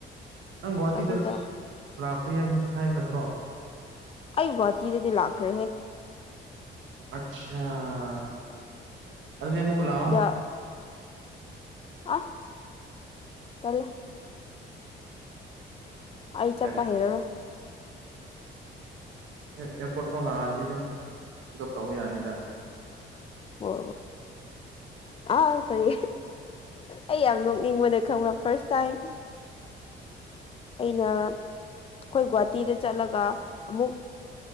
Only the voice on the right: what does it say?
ꯅꯪ ꯒꯨꯍꯥꯇꯤꯗ
ꯂꯥꯛꯇ꯭ꯔꯤ ꯍꯥꯏ ꯍꯥꯏꯕ ꯅꯠꯇ꯭ꯔꯣ
ꯑꯆꯥꯥ ꯑꯗꯨꯗꯤ ꯃꯨꯛꯂꯥꯎꯑꯣ
ꯇꯜꯂꯦ
ꯑꯦꯌꯥꯔꯄꯣꯔꯠ ꯐꯥꯎ ꯂꯥꯛꯑꯅꯤ ꯑꯗꯨꯝ ꯄꯤꯛ ꯎꯞ ꯇꯧꯕ ꯌꯥꯅꯤꯗ